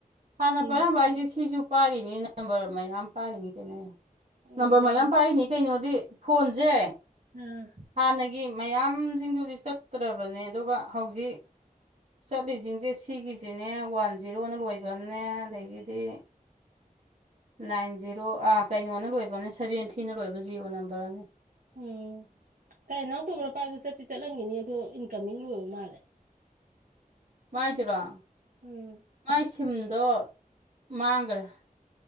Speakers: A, on the right; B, on the right.
A: ꯍꯥꯟꯅ
B: ꯁꯤ
A: ꯐꯔꯝꯕ ꯑꯩꯗꯤ ꯁꯤꯁꯨ ꯄꯥꯔꯤꯅꯤ ꯅꯝꯕꯔ ꯃꯌꯥꯝ ꯄꯥꯔꯤꯅꯤ ꯀꯩꯅꯣ
B: ꯎꯝ
A: ꯅꯝꯕꯔ ꯃꯌꯥꯝ ꯄꯥꯏꯔꯤꯅꯤ ꯀꯩꯅꯣꯗꯤ ꯐꯣꯟꯁꯦ
B: ꯑꯥ
A: ꯍꯥꯟꯅꯒꯤ ꯃꯌꯥꯝꯁꯤꯡꯗꯨꯗꯤ ꯆꯠꯇ꯭ꯔꯕꯅꯦ ꯑꯗꯨꯒ ꯍꯧꯖꯤꯛ ꯆꯠꯂꯤꯁꯤꯡꯁꯦ ꯁꯤꯒꯤꯁꯤꯅꯦ ꯋꯥꯟ ꯖꯤꯔꯣꯅ ꯂꯣꯏꯐꯝꯅꯦ ꯑꯗꯒꯤꯗꯤ ꯅꯥꯏꯟ ꯖꯤꯔꯣ ꯑꯥ ꯀꯩꯅꯣꯅ ꯂꯣꯏꯕꯅꯦ ꯁꯦꯚꯦꯟꯊꯤꯅ ꯂꯣꯏꯕ ꯖꯤꯔꯣ ꯅꯝꯕꯔ ꯑꯅꯤ
B: ꯎꯝ ꯇꯥꯏ ꯏꯅꯥꯎ ꯇꯧꯕꯅ ꯄꯥꯏꯕꯗꯨ ꯆꯠꯇꯤ ꯆꯠꯂꯝꯈꯤꯅꯤ ꯑꯗꯨꯣ ꯀꯃꯤꯅ ꯂꯣꯏꯕ ꯃꯥꯜꯂꯦ
A: ꯃꯥꯏꯗꯨꯔꯣ
B: ꯎꯝ
A: ꯃꯥꯏ ꯁꯤꯝꯗꯣ ꯃꯥꯡꯈ꯭ꯔꯦ